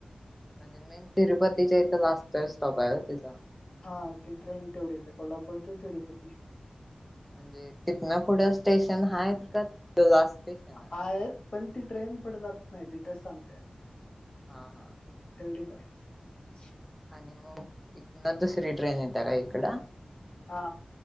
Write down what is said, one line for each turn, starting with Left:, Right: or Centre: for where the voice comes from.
Centre: म्हणजे मेन तिरुपतीच्या इथं वास्तव स्टॉप आहे तिचा
Left: हा ती ट्रेन तेवढीच आहे कोल्हापूर ते तिरुपती
Centre: म्हणजे तिथनं पुढं स्टेशन हाय का लास्ट स्टेशन
Left: हा
Centre: आहे?
Left: आहेत पण ती ट्रेन पुढे जात नाही तिथेच थांबते
Centre: हा हा
Left: एवढ का <unintelligible>
Centre: आणि मग तिथन दुसरी ट्रेन येते का इकडं
Left: हा